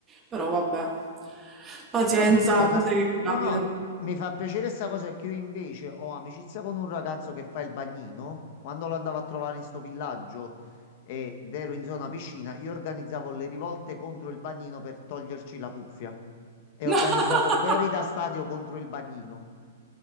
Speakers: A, on the right; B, on the left.
A: però vabbè, pazienza,
B: Vabbè, è stata...
A: cose che
B: No,
A: capitano.
B: no, mi fa piacere sta cosa che io invece ho amicizia con un ragazzo che fa il bagnino. Quando lo andavo a trovare in sto villaggio ed ero in zona piscina, io organizzavo le rivolte contro il bagnino per toglierci la cuffia.
A: <laughs>
B: E
A: No!
B: organizzavo cori da stadio contro il bagnino.